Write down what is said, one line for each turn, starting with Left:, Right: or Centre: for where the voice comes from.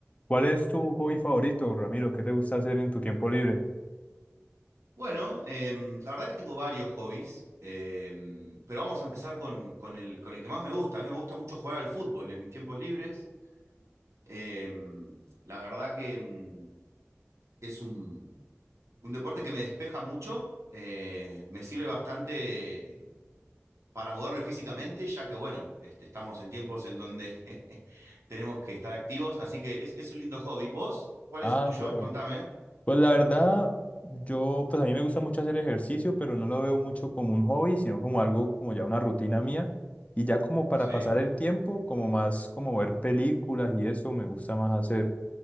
Left: ¿Cuál es tu hobby favorito, Ramiro? ¿Qué te gusta hacer en tu tiempo libre?
Right: Bueno, em, la verdad que tengo varios hobbies, em, pero vamos a empezar con, con el, con el que más me gusta. A mí me gusta mucho jugar al fútbol en mis tiempos libres. Em, la verdad que em, es un, un deporte que me despeja mucho, eh, me sirve bastante para moverme físicamente, ya que bueno, este, estamos en tiempos en donde <laughs> tenemos que estar activos, así que es, es un lindo hobby. ¿Vos? ¿Cuál
Left: Ah,
Right: es el tuyo?
Left: claro.
Right: Contame.
Left: Pues la verdad, yo, pues a mí me gusta mucho hacer ejercicio, pero no lo veo mucho como un hobby, sino como algo como ya una rutina mía. Y ya como para
Right: Sí.
Left: pasar el tiempo, como más como ver películas y eso me gusta más hacer.